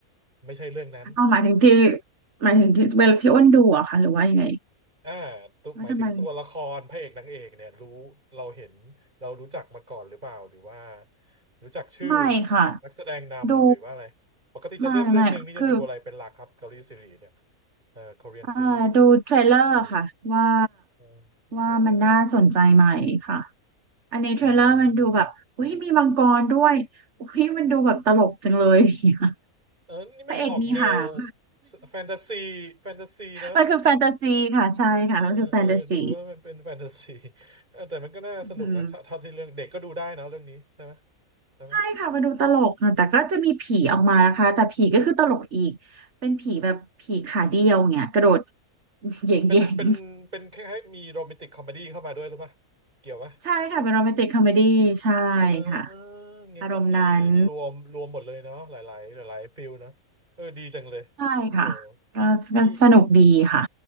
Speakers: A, on the right; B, on the right.
A: ไม่ใช่เรื่องนั้น
B: เอาหมายถึงที่หมายถึงที่เวลาที่อ้นดูอะค่ะหรือว่ายังไง
A: อ่าตัวหมายถึงตัวละครพระเอกนางเอกเนี่ยรู้เราเห็นเรารู้จักมาก่อนหรือเปล่าหรือว่า
B: ว่าทำไม
A: รู้จักชื่อ
B: ไม่ค่ะ
A: นักแสดงนำหรือว่าอะไร
B: ดู
A: ปกติจะเลือกเรื่องหนึ่งนี่จะดูอะไรเป็นหลักครับเกาหลีซีรีส์เนี่ย
B: ไม่ไม่คือ
A: เอ่อคอเรียนซีรีส์
B: อ่าดูเทรลเลอร์ค่ะว่า
A: จะดูอะไรอืมดูเทรลเลอร์
B: ว่ามันน่าสนใจไหมค่ะอันนี้เทรลเลอร์มันดูแบบอุ้ยมีมังกรด้วยอุ้ยมันดูแบบตลกจังเลย
A: เออ
B: <laughs> อย่างเงี้ย
A: เออนี่มันออกแนว
B: พระเอกมีหาง
A: แฟนตาซีแฟนตาซีเนอะ
B: มันคือแฟนตาซีค่ะใช่ค่ะมันคือแฟนตาซี
A: เออเออดูแล้วมันเป็นแฟนตาซีเอ <laughs> อแต่มันก็น่าสนุกนะถ้าเท่าที่เรื่องเด็กก็ดูได้เนอะเรื่องนี้ใช่ไหม
B: อือหือ
A: ใช่ไหม
B: ใช่ค่ะมันดูตลกค่ะแต่ก็จะมีผีออกมานะคะแต่ผีก็คือตลกอีกเป็นผีแบบผีขาเดียวเนี่ยกระโดด <laughs> เหย่ง
A: เป็นเป็นเป็นคล้ายๆมีโรแมนติกคอมเมดี้เข้ามาด้วยหรือเปล่าเกี่ยวปะ
B: ๆใช่ค่ะเป็นโรแมนติกคอมเมดี้ใช่
A: เออ
B: ค่ะ
A: งั้นก็มีรวมรวมหมดเลยเนาะหลายๆหลายๆฟิลเนาะเออดีจังเลยทีเดียว
B: อารมณ์นั้น ใช่ค่ะก็ก็สนุกดีค่ะ
A: งี้